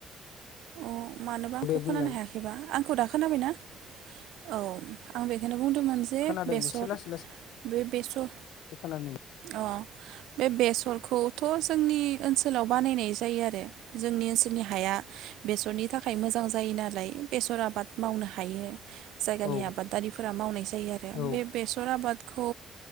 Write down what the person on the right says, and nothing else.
अ मानोबा आंखौ
खोनानो
हायाखैबा आं आंखौ दा खोनाबायना? औ आं बेखौनो बुं बुंदोंमोन जे
बेसर
बे बेसर
अ बे बेसर खौथ जोंनि ओनसोलाव बानायनाय जायो आरो जोंनि ओनसोलनि हाया बेसरनि थाखाय मोजां जायो नालाय बेसर आबाद मावनो हायो। जायगानि
आबादारिफोरा मावनाय जायो आरो
बे बेसर आबाद खौ